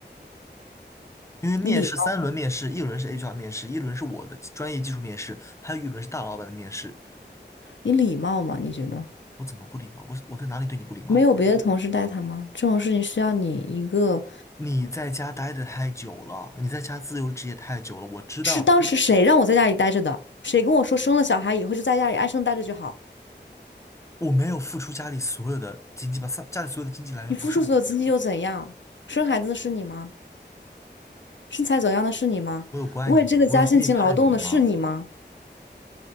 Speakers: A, on the left; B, on the left.
A: 因为面试三轮面试，
B: 你礼貌，
A: 一轮是 HR 面试，一轮是我的专业技术面试，还有一轮是大老板的面试。
B: 你礼貌吗？你觉得
A: 我怎么不礼貌？我我在哪里对你不礼貌了？
B: 没有别的同事带他吗？这种事情需要你一个，
A: 你在家待的太久了，你在家自由职业太久了。我知道
B: 是当时谁让我在家里待着的？谁跟我说生了小孩以后就在家里安生待着就好？
A: 我没有付出家里所有的经济吧，家家里所有的经济来源不是我，
B: 你付出所有精力又怎样？生孩子的是你吗？身材走样的是你吗？
A: 我有不爱你吗？
B: 为这个家辛勤劳动的是你吗？
A: 我有背叛你吗？